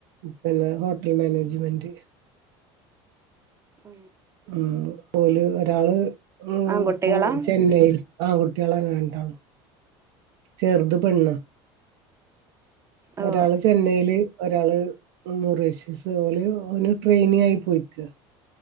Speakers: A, on the right (about 75°); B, on the right (about 20°).
A: പിന്നെ ഹോട്ടൽ മാനേജ്മെന്റ്
B: ആ
A: ഉ ഓല് ഒരാള് ഉ
B: ആൺകുട്ടികളാ
A: ഇപ്പോ ചെന്നൈൽ ആൺ കുട്ടികളെന്നെ രണ്ടാളും ചെറുത പെണ്ണാ
B: ഓ
A: ഒരാള് ചെന്നൈയില് ഒരാള് നൂറീഷെസ് പോലെന് ട്രെയിനി ആയി പോയിക്കുക